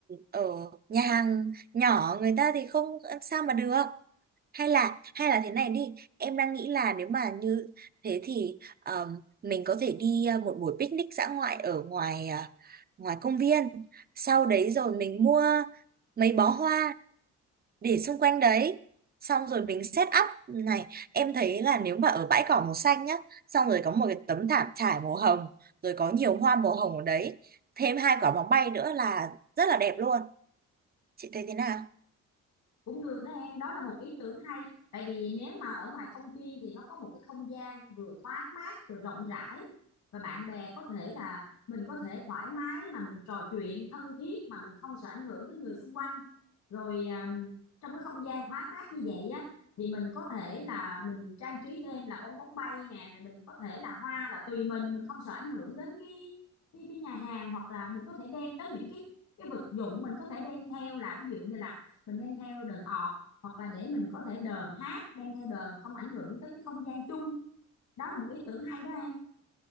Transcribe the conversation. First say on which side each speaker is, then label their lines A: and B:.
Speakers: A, on the right (about 30°); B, on the left (about 65°).
A: ở nhà hàng nhỏ người ta thì không sao mà được hay là hay là thế này đi em đang nghĩ là nếu mà như thế thì um, mình có thể đi uh, một buổi picnic dã ngoại ở ngoài uh, ngoài công viên sau đấy rồi mình mua mấy bó hoa để xung quanh đấy xong rồi mình set up này em thấy là nếu mà ở bãi cỏ màu xanh nhá xong rồi có một cái tấm thảm trải màu hồng rồi có nhiều hoa màu hồng ở đấy thêm hai quả bóng bay nữa là rất là đẹp luôn chị thấy thế nào
B: cũng được đó em đó là một ý tưởng hay tại vì nếu mà ở ngoài công viên thì nó có một cái không gian vừa thoáng mát vừa rộng rãi và bạn bè có thể là mình có thể thoải mái mà mình trò chuyện thân thiết mà mình không sợ ảnh hưởng đến người xung quanh rồi à, trong cái không gian thoáng mát như vậy á thì mình có thể là mình trang trí thêm là bong bóng bay nè rồi mình có thể là hoa là tùy mình mình không sợ ảnh hưởng đến cái cái cái nhà hàng hoặc là mình có thể đem tới những cái cái vật dụng mình có thể đem theo là ví dụ như là mình đem theo đờn ọt hoặc là để mình có thể đờn hát đem theo đờn mà không ảnh hưởng tới cái không gian chung đó là một ý tưởng hay đó em